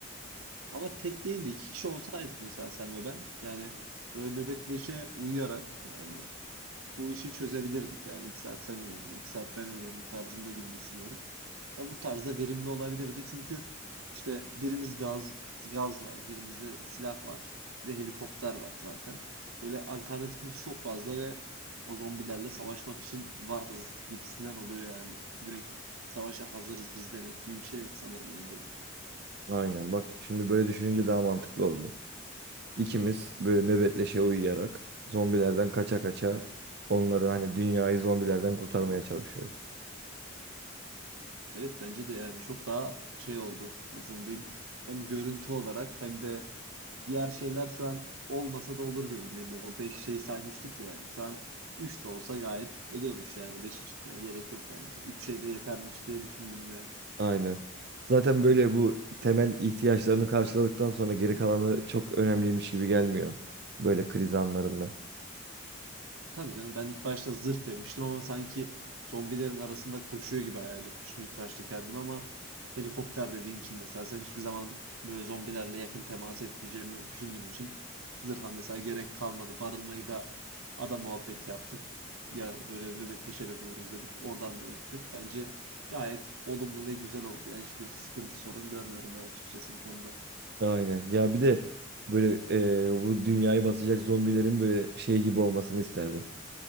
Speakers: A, on the right; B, on the right.
A: Ama tek değil de iki kişi olsaydık mesela sen ve ben. Yani böyle nöbetleşe uyuyarak yani bu işi çözebilirdik yani. İki saat sen uyuyordun, iki saat ben uyuyordum tarzında gibi düşünüyorum. Ya bu tarzda verimli olabilirdi çünkü işte birimiz gaz gaz var, birimizde silah var, bir de helikopter var zaten. Böyle alternatifimiz çok fazla ve o zombilerle savaşmak için varız gibisinden oluyor yani. Direkt savaşa hazırız biz demek gibi bir şey sanırım bence bu.
B: Aynen bak şimdi böyle düşününce daha mantıklı oldu. İkimiz böyle nöbetleşe uyuyarak zombilerden kaça kaça onları hani dünyayı zombilerden kurtarmaya çalışıyoruz.
A: Evet bence de yani çok daha şey oldu. Nasıl diyeyim? Hem görüntü olarak hem de diğer şeyler şu an olmasa da olur gözündeyim. O 5 şey saymıştık ya. Yani. Şu an 3 de olsa gayet oluyormuş yani. 5'e çıkmaya gerek yok bence. üç şey de yetermiş diye düşündüm
B: Aynen. Zaten böyle bu temel ihtiyaçlarını karşıladıktan sonra geri kalanı çok önemliymiş gibi gelmiyor. Böyle kriz anlarında.
A: Tabii canım ben ilk başta zırh demiştim ama sanki zombilerin arasında koşuyor gibi hayal etmiştim ilk başta kendimi ama helikopter dediğin için mesela sen hiçbir zaman böyle zombilerle yakın temas etmeyeceğimi düşündüğüm için zırha mesela gerek kalmadı. Barınmayı da ada muhabbeti yaptık. Ya böyle nöbetleşerek uyuruz dedik. Oradan da yırttık. Bence gayet olumlu ve güzel oldu. Yani hiçbir sıkıntı sorun görmüyorum ben açıkçası bu konuda.
B: Aynen. Ya bir de böyle e, bu dünyayı basacak zombilerin böyle şey gibi olmasını isterdim.